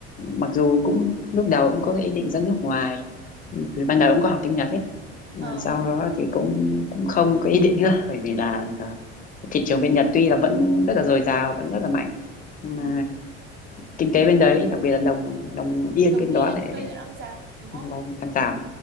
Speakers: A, on the left; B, on the right.
A: mặc dù cũng lúc đầu cũng có ý định ra nước ngoài từ ban đầu cũng có học tiếng Nhật ấy mà
B: ờ
A: sau
B: ờ,
A: đó thì cũng cũng không có ý định nữa bởi vì là giờ thị trường bên Nhật tuy là vẫn rất là dồi dào vẫn rất là mạnh nhưng
B: ừ.
A: mà kinh tế bên đấy đặc biệt là đồng đồng yên
B: Đồng
A: bên
B: Yên
A: đó lại
B: bây giờ đang giảm đúng không
A: đang đang giảm